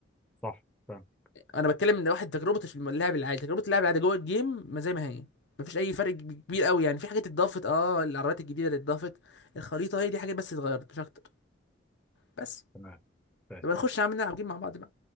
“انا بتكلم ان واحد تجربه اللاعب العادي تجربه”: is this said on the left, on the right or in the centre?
Left